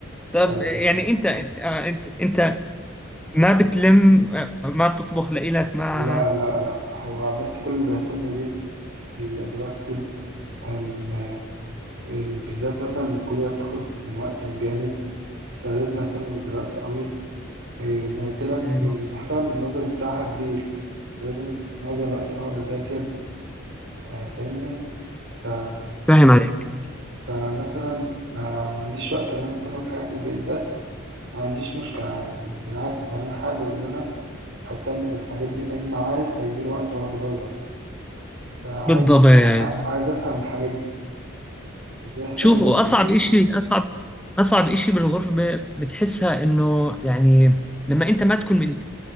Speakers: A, in the centre; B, on the right.
A: طب
B: بل
A: يعني انت آه، انت انت ما بتلم آه، ما بتطبخ لإلك ما
B: لا لا لا هو بس كل اللي بيهتم بيه ال- دراستي ال... ال... بالذات مثلا الكلية بتاخد من وقتنا جامد فلازم اهتم بالدراسة قوي إيه، زي ما قلت لك
A: مم.
B: المحتوى النظري بتاعها كبير لازم معظم الوقت بقعد أذاكر آه، فاهمني ف...
A: فاهم عليك
B: فمثلا ما... ما عنديش وقت إن أنا أهتم بحاجات البيت بس ما عنديش مشكلة يعني ب- بالعكس يعني أنا حابب إن أنا أهتم بالحاجات دي لأن أنا عارف هيجي لي وقت وهتغرب فعايز
A: بالضبط
B: ع- ع- عايز أفهم الحاجات دي إزاي أهتم
A: شوف
B: بنفسي
A: واصعب
B: بت-
A: اشي اصعب اصعب اشي بالغربه بتحسها انه يعني لما انت ما تكون من